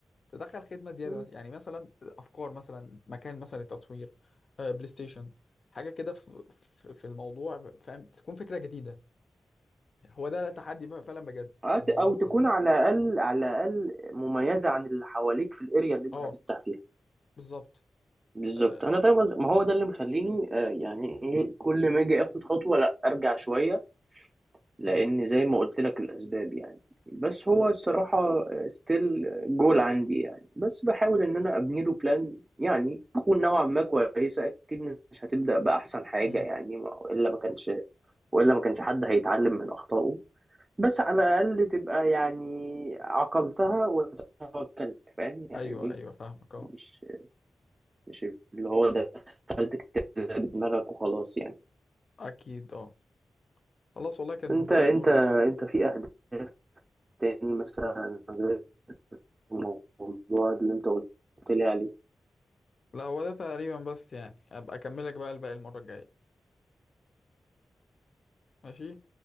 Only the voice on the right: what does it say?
مم.
آه،
ت- أو
تكون على الأقل على الأقل مميزة عن اللي حواليك في الأريا اللي أنت
هتفتح فيها
بالظبط
انا فاهم قصدك ما هو ده اللي مخليني آه، يعني ايه كل ما اجي اخد خطوه لا ارجع شويه لان
زي ما قلت لك الاسباب يعني بس هو الصراحه ستيل جول عندي يعني بس بحاول ان انا ابني له بلان يعني تكون نوعا ما كويسه اكيد مش هتبدا باحسن حاجه
يعني ما- والا ما كانش والا ما كانش حد هيتعلم من اخطائه بس على الاقل تبقى يعني عقلتها وتوكلت فاهم يعني
ايه
مش مش اللي هو دخلت كده بدماغك وخلاص يعني
انت
انت
انت في اهداف تاني مثلا غير الموضوع اللي انت قلت لي عليه